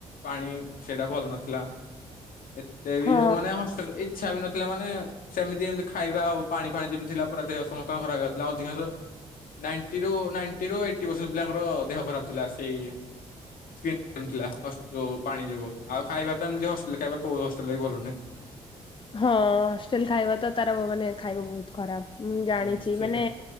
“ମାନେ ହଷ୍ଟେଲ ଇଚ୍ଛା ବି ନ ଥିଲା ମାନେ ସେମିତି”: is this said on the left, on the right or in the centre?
Left